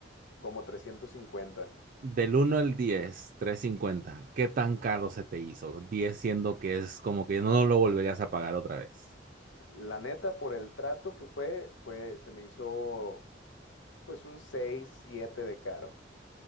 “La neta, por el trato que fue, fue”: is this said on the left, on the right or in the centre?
Left